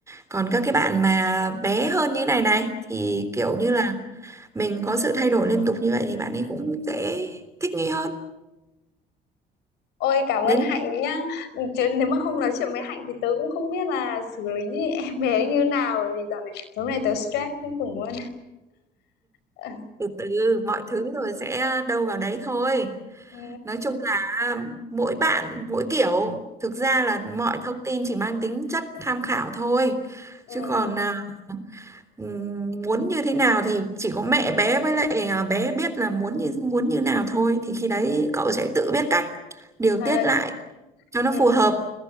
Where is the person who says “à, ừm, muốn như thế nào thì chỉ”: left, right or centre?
Right